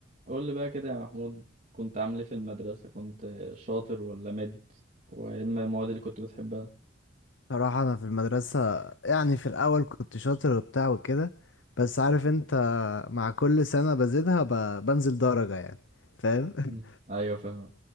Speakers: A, on the right; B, on the left.
A: قول لي بقى كده يا محمود كنت عامل ايه في المدرسة كنت شاطر ولا مد وايه الم- المواد اللي كنت بتحبها
B: صراحة أنا في المدرسة يعني في الأول كنت شاطر وبتاع وكده بس عارف أنت مع كل سنة بزيدها ب... بنزل درجة يعني فاهم <laughs>
A: مم. ايوه فاهم